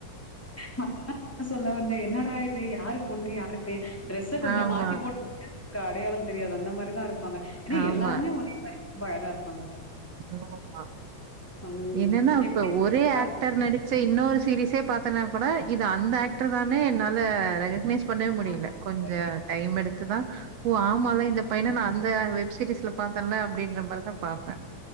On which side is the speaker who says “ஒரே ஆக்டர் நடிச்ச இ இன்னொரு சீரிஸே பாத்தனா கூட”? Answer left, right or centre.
Right